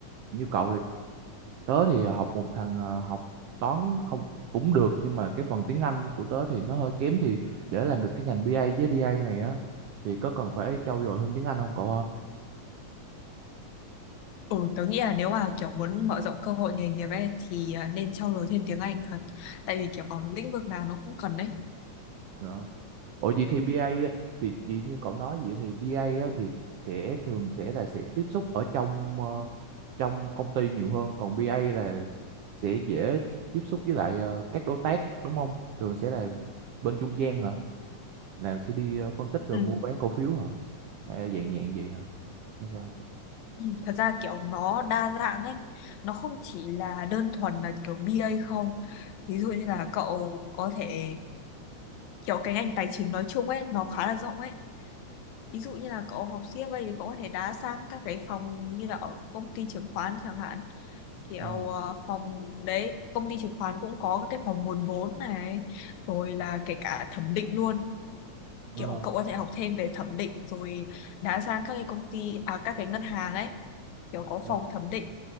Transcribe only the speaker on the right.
như cậu thì tớ thì học một thằng ờ, học toán không cũng được nhưng mà cái phần tiếng Anh của tớ thì nó hơi kém thì để làm được cái ngành bê A với đê A này á thì có cần phải trau dồi thêm tiếng Anh không cậu
ha Ủa vậy thì BA á, thì vậy như cậu nói vậy thì BA á, thì sẽ thường sẽ là sẽ tiếp xúc ở trong ờ, trong công ty nhiều hơn còn BA là sẽ dễ tiếp xúc với lại ờ, các đối tác đúng không? Thường sẽ là bên trung gian hả? Là sẽ đi ờ, phân tích rồi
mua bán cổ phiếu hả? Hay là dạng dạng gì hả? Hay sao? cậu?
ờ
ờ
ờ.